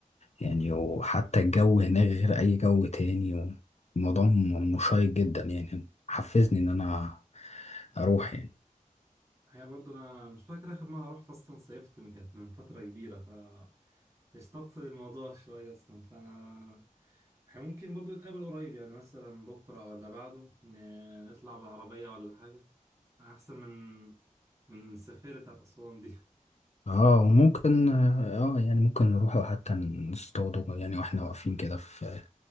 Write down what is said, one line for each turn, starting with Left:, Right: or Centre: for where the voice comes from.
Left: يعني وحتى الجو هناك غير أي جو تاني الموضوع م- مشيق جدا يعني حفزني إن أنا أروح يعني
Right: هي برضه انا مش فاكر اخر مره رحت اصلا صيفت من- كانت من فتره كبيره ف استقصد الموضوع شويه اصلا فانا احنا ممكن برضه نتقابل قريب يعني مثلا بكره ولا بعده ن- نطلع بالعربيه ولا حاجه احسن من من السفارة بتاعت اسوان دي
Left: اه وممكن اه يعني ممكن نروح حتى نصطاد يعني واحنا واقفين كده في